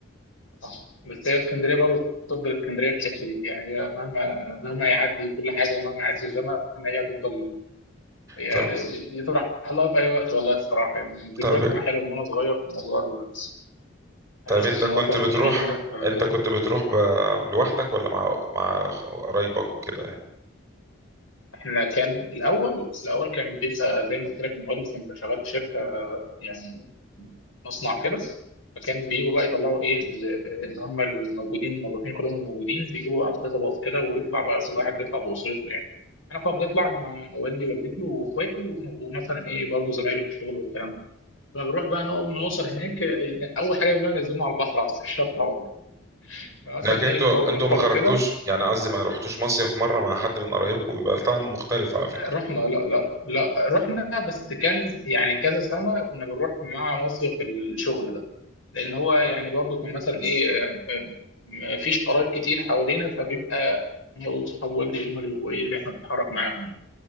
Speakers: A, on the left; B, on the right.
A: صح بس هي اسكندريه برضه تفضل اسكندريه في الحته دي يعني هي مهما مهما يعدي كل حاجه ومهما يعدي الزمن هي هتفضل هي
B: طب
A: يطرح لها في اي وقت والله الصراحه يعني ذكريات
B: طب
A: معاها حلوه من وانا صغير في موضوع ال-
B: طب
A: يعني احنا
B: انت
A: كنا
B: كنت
A: مثلا
B: بتروح
A: كنا نيجي نروح آه،
B: انت كنت بتروح ب... لوحدك ولا مع مع قرايبك وكده يعني
A: احنا كان الاول الاول كان بيبقى زي ما قلت لك موبايلي كان بيبقى شغال في شركه يعني مصنع كده فكان بيجوا بقى يطلعوا ايه ال- اللي هم الموجودين الموظفين كلهم الموجودين بيجيبوا بقى كذا باص كده ويطلع بقى كل واحد بيطلع باسرته يعني انا كنا بنطلع مع والدي ووالدتي واخواتي و- ومثلا ايه برضه زمايله في الشغل والكلام ده كنا بنروح بقى نو- نوصل هناك آه، اول حاجه بنعملها ننزلنا على البحر على الشط على طول. فمثلا
B: لكن
A: ايه
B: انتوا
A: فطار ونفطر
B: انتوا ما خرجتوش
A: وكده
B: يعني قصدي ما رحتوش مصيف مرة مع حد من قرايبكم بيبقى الطعم مختلف على فكرة
A: رحنا لا لا لا رحنا بس كان يعني كذا سنة كنا بنروح مع مصيف الشغل ده لأن هو يعني برضو كان مثلا إيه آه، آه، مفيش قرايب كتير حوالينا فبيبقى هم دول صحاب والدي هم اللي بيبقوا إيه اللي إحنا بنتحرك معاهم يعني